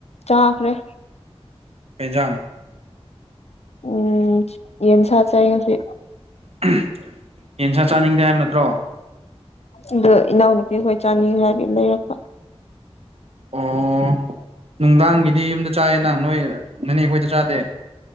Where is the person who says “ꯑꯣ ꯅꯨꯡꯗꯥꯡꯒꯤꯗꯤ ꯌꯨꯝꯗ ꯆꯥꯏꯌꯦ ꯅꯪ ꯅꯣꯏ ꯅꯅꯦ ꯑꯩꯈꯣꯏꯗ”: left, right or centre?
Right